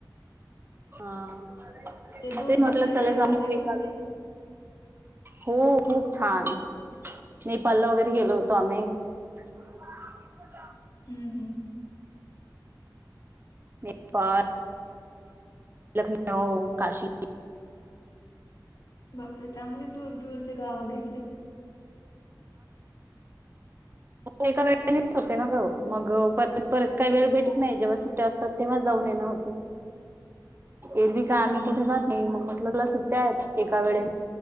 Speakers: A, on the right; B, on the left.
A: हा
B: ते दूर-दूरची
A: तेच म्हटलं त्याला
B: ट्रिप
A: जमीन
B: झाली
A: वहिल
B: तुमची
A: का ग?
B: तर.
A: हो खूप छान नेपाला वगैरे गेलो होतो आम्ही. रिकामा ऑडिओ
B: हम्म हम्.
A: मी पार. लखनऊ, काशी
B: बापरे चांगले दूर दूरचे गावं घेतल्या
A: एका वेनेच होते ना ग मग पर परत काही वेळ
B: हो.
A: भेटत नाही जेव्हा सुट्ट्या असतात तेव्हा जाऊन येणार होते. एरवी काय
B: हं,
A: आम्ही
B: हं.
A: कुठे जात नाही मग मट ल सुट्ट्या आहेत एका वेळेेत.